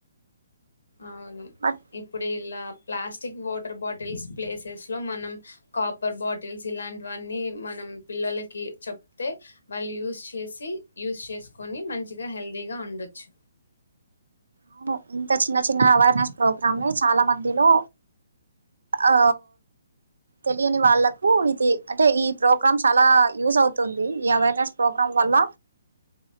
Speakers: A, on the left; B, on the right.
A: అవును
B: బట్
A: ఇప్పుడే ఇలా ప్లాస్టిక్ వాటర్ బాటిల్స్ ప్లేసెస్ లో మనం కాపర్ బాటిల్స్ ఇలాంటివన్నీ మనం పిల్లలకి చెప్తే వాళ్లు యూస్ చేసి యూస్ చేసుకొని మంచిగా హ్యాపీగా హెల్దీగా ఉండొచ్చు
B: అవును ఇంత చిన్న చిన్న అవేర్నెస్ ప్రోగ్రాం చాలా మందిలో ఆ తెలియని వాళ్ళలకు ఇది అంటే ఈ ప్రోగ్రామ్ చాలా యూజ్ అవుతుంది ఈ అవేర్నెస్ ప్రోగ్రామ్ వల్ల